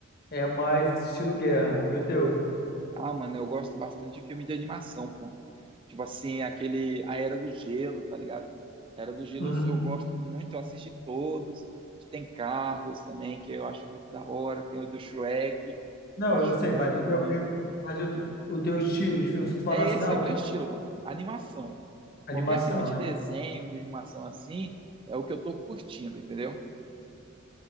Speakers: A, on the left; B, on the right.
A: é mais estilo guerra. E o teu?
B: Ah, mano, eu gosto bastante de filme de animação, pô. Tipo assim, aquele A Era do Gelo, tá ligado? A Era do Gelo
A: Uhum.
B: eu, eu gosto muito, eu assisti todos. Tem Carros também, que eu acho muito da hora. Tem o do Shrek, que
A: Não,
B: eu acho
A: eu sei,
B: é muito
A: mas o
B: bom.
A: teu filme, mas o, te- o teu estilo de filme, se tu falasse,
B: É esse
A: não,
B: é o
A: eu
B: meu
A: quero
B: estilo, mano. Animação.
A: animação,
B: Qualquer filme de
A: né?
B: desenho, de animação assim, é o que eu tô curtindo, entendeu?